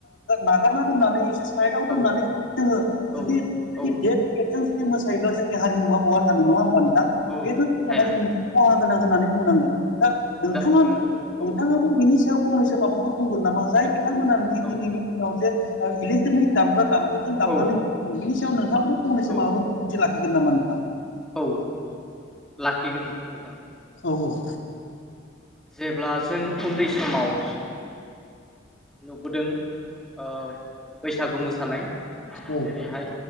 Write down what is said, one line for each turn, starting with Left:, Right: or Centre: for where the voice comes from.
Left: नागारना दोन्नानै एसे साइदखव
Centre: औ
Left: दोननानै जुदि जोङो
Centre: औ
Left: जुदि बेबायदि
Centre: औ
Left: देक टेकजों जुदि मोसायोब्ला जोंनि हारिमुा बहा थानो नङा होमबा नोंथां
Centre: औ
Left: बेथ जोंनि
Centre: थाया
Left: हारिनि खहा गोनां होननानै बुंनांगोन। दा नोंथाङाबो
Centre: जा उम औ
Left: नोंथाङाबो बिनि फंनैसो माबाफोर बुंगोन नामा जाय बिथांमोनानोखि
Centre: औ
Left: दिनैनि दिनाव जे इलिक्ट्रिकनि दामग्रा दाम खो जों दामनानै
Centre: औ
Left: बिनि सायाव नोंथाङावनो फंनैसो
Centre: औ
Left: माबाफोर बिदिन्थि लाखिगोन नामा नोंथां?
Centre: औ लाखिगोन नोंथां।
Left: औ औ।
Centre: जेब्ला जों उन्दै समाव नुबोदों ओ बैसागु मोसानाय।
Left: औ
Centre: जेरैहाय